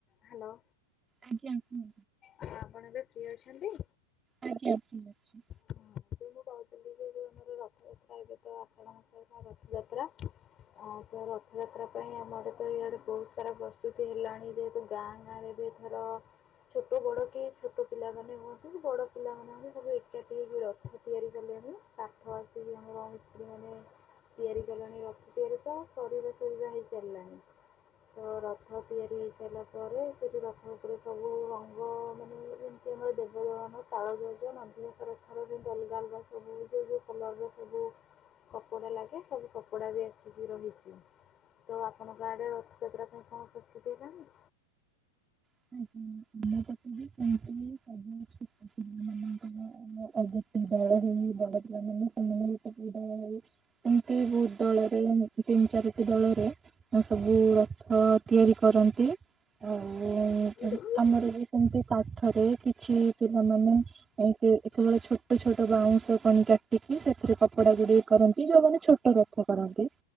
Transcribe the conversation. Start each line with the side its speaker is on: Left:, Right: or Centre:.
Left: ହ୍ୟାଲୋ।
Right: ଆଜ୍ଞା ଉଁ।
Left: ହଁ ଆପଣ ଏବେ ଫ୍ରି ଅଛନ୍ତି?
Right: ଆଜ୍ଞା ଫ୍ରି ଅଛି।
Left: ହଁ ମୁଁ କହୁଥିଲି ଯେ ଯୋଉ ଆମର ରଥଯାତ୍ରା ଏବେ ତ ଆଷାଢ ମାସ ବା ରଥଯାତ୍ରା। ଆଉ ତ ରଥଯାତ୍ରା ପାଇଁ ଆମର ତ ଇଆଡେ ବହୁତ ସାରା ପ୍ରସ୍ତୁତି ହେଲାଣି ଯେହେତୁ ଗାଁ ଗାଁ ରେ ବି ଧର ଛୋଟ ବଡ଼ କି ଛୋଟ ପିଲାମାନେ ହୁଅନ୍ତୁ କି ବଡ଼ ପିଲାମାନେ ବି ସବୁ ଏକାଠି ହେଇକି ର ଥ ତିଆରି କଲେଣିି କାଠ ଆସିକି ଆମର ମିସ୍ତ୍ରୀ ମାନେ ତିଆରି କଲେଣି ରଥ ତିଆରି ଟା ଶରୀର ସବୁ ଯାହା ହେଇସାରିଲାଣି। ତ ରଥ ତିଆରି ହେଇସାରିଲା ପରେ ସେଠି ରଥ ଉପରେ ସବୁ ରଙ୍ଗ ମାନେ ସେ ଆମର ଦେବଦଳନ ତାଳଧ୍ୱଜ ନନ୍ଦିଘୋଷ ରଥ ର ଅଲଗା ଅଲଗା ସବୁ ଯୋଉ ଯୋଉ କଲର ର ସବୁ କପଡ଼ା ଲାଗେ ସବୁ କପଡ଼ା ବି ଆସିକି ରହିଛି। ତ ଆପଣଙ୍କ ଆଡେ ରଥଯାତ୍ରା ପାଇଁ କଣ ପ୍ରସ୍ତୁତି ହେଲାଣି?
Right: <unintelligible> <unintelligible> ଏମିତି ବହୁତ ଦଳରେ ତିନି ଚାରିଟି ଦଳର ସବୁ ରଥ ତିଆରି କରନ୍ତି ଆଉ
Left: <unintelligible>
Right: ଆମର ବି ସେମିତି ପାଠରେ କିଛି ପିଲାମାନେ ଏ ତେ କେବଳେ ଛୋଟ ଛୋଟ ବାଉଁଶ କଣି କାଟିକି ସେଥିରେ କପଡା ଗୁଡିକ କରନ୍ତି ଯୋଉମାନେ ଛୋଟ ଟ ରଥ କରନ୍ତି।